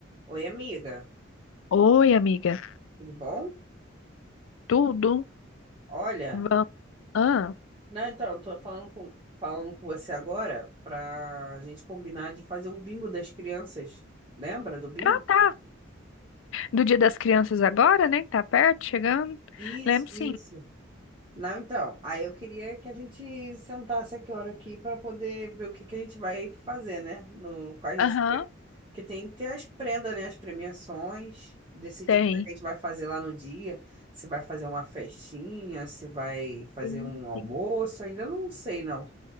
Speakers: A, on the right (about 25°); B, on the left (about 75°).
A: Oi, amiga,
B: Oi, amiga.
A: tudo bom?
B: Tudo?
A: Olha,
B: Vamos. Ah,
A: não, então, eu tô falando com, falando com você agora pra gente combinar de fazer o bingo das crianças. Lembra do bingo?
B: ah, tá. Do Dia das Crianças agora, né? Tá perto, chegando.
A: Isso,
B: Lembro sim.
A: isso. Não, então, aí eu queria que a gente sentasse aqui hora aqui para poder ver o que que a gente vai fazer, né? No quais
B: Aham,
A: das pre- que tem que ter as prendas, né? As premiações, decidir
B: tem.
A: como é que a gente vai fazer lá no dia, se vai fazer uma festinha, se vai fazer
B: Tem,
A: um almoço,
B: sim.
A: ainda não sei, não.